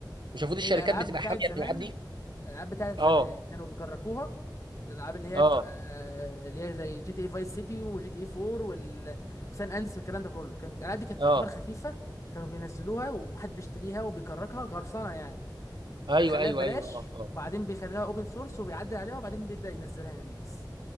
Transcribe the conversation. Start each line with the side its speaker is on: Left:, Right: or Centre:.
Right: مش المفروض الشركات
Left: هي العاب
Right: بتبقى
Left: بتاعت
Right: حاميه
Left: زمان
Right: الالعاب دي
Left: العاب بتاعت زمان
Right: اه
Left: كانوا بيكركوها الالعاب اللي هي
Right: اه
Left: بتبقى اللي هي زي جي تي اي فايس سيتي وجي تي اي 4 وال... وسان اندرس والكلام ده كله كان الالعاب دي كانت
Right: اه
Left: تعتبر خفيفه كانوا بينزلوها وواحد بيشتريها وبيكركها قرصنه يعني
Right: ايوه
Left: وبيخليها
Right: ايوه
Left: ببلاش
Right: ايوه اه اه
Left: وبعدين بيخليها اوبن سورس وبيعدل عليها وبعدين بيبدأ ينزلها للناس